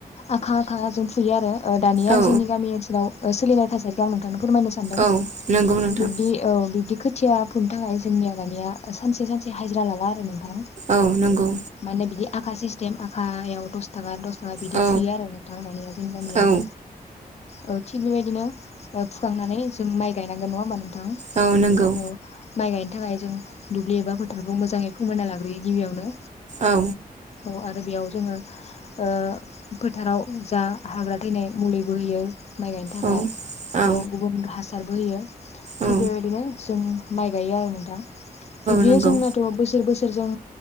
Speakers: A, on the left; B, on the right.
A: आखा आखा जों फुयो आरो ओ दानिया
B: औ
A: जोंनि गामि ओनसोलाव सोलिनाय थासारिखौ आं नोंथांनो फोरमायनो सानदों
B: औ नंगौ नोंथां
A: बिब्दि औ बिब्दि खो थिया फुनो थाखाय जोंनिआ दानिया सानसे सानसे हाजिरा लाला आरो नों थां
B: औ नंगौ
A: माने बिदि आखा सिस्टेम आखा याव दस थाखा दस बिदि
B: औ
A: फुयो आरो नोंथां दानिया जोंनि गामियाव
B: औ
A: ओ थि बेबायदि दिनो ओ फुखां नानै जों माइ गायनांगोन नङा होमबा नों थां
B: औ नंगौ
A: अ माइ गाय थाखाय जों दुब्लि एबा फोथारखौ मोजाङै फोमोना लाग्रोयो गिबियावनो
B: औ।
A: अ आरो बेयाव जोङो ओ फोथाराव जा हाग्रा थैनाय मुलिबो होयो। माइ गायनो थाखाय
B: औ
A: बेयाव
B: औ
A: गुबुन हास सारबो होयो। थिग
B: औ
A: बेबायदिनो जों माइ गायो आरो नोंथां। बिब्दिनो
B: नंगौ
A: जोंनाथ' बोसोर बोसोरजों